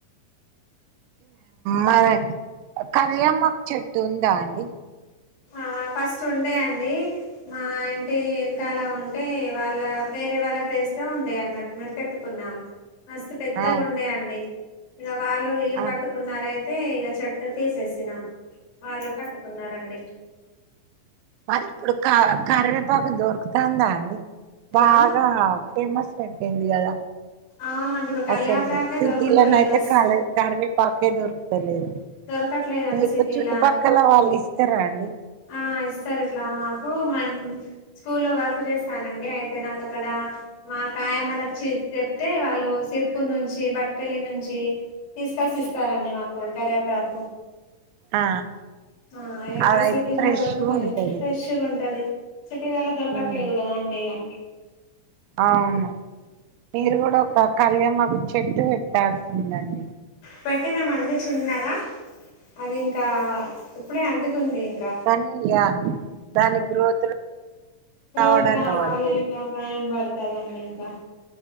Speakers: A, on the right; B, on the left.
A: మరి కర్రీయమ్మ చెట్టు ఉందా అండి
B: ఆ ఫస్ట్ ఉండే అండి మా ఇంటి ఎనకాల ఉంటే వాళ్ల వేరే వాళ్ళ ప్లేస్ లో ఉండే అన్నట్టు మేము పెట్టుకున్నాం మస్తు పెద్దగా
A: ఆ
B: ఉండేయండి ఇ వాళ్ళు ఇల్లు
A: ఆ
B: కట్టుకున్నారతే అతే ఇక చెట్టు తీసేసినాం వాళ్ళు కట్టుకున్నారండి
A: మళ్ళీ ఇప్పుడు ఒక కరివేపాకు దొరకుతాందా అండి
B: హలో
A: బాగా ఫేమస్ అయిపోయింది కదా
B: అవునండి ఇప్పుడు కల్యాపాకే
A: అసలు సిటీ
B: దొరుకుతలేదు
A: లైన్ అయితే
B: అస్సలు
A: క కరివే పాకే దొరుకుతలేదు
B: దొరకట్లేదండి
A: మీకు
B: సిటీల
A: చుట్టుపక్కల వాళ్ళు ఇస్తారా అండి
B: ఆ ఇస్తారు ఇట్లా మాకు మా అమ్మ స్కూల్లో వర్క్ చేస్తానండి అయితే నాకు అక్కడ మా కాయమ్మలకి చెప్తే వాళ్ళు సిర్పూర్ నుంచి బట్పల్లి నుంచి తీసు కట్స్ ఇస్తారండి మాకు కరివే పాకు
A: ఆ
B: ఆ ఇ ఇక్కడ
A: అదయితే
B: సిటీలో
A: ఫ్రెష్
B: దొరుకుతులే
A: ఉంటది
B: ఫ్రెష్గా ఉంటంది సిటీగలో దొరకట్లేదు
A: ఉమ్
B: కదాండి ఇక
A: అవును మీరు కూడా ఒక కరివేమాకు చెట్టు పెట్టాల్సిందండి
B: పెట్టినామండి చిన్నగా అది ఇంకా ఇప్పుడే అంటు ఉంది ఇంకా
A: కానీ ఇగ దాని గ్రోత్ రావడానికి
B: రోజ్ రావాలి
A: వాడతది
B: టైం పడుతు సరే అండి ఇంకా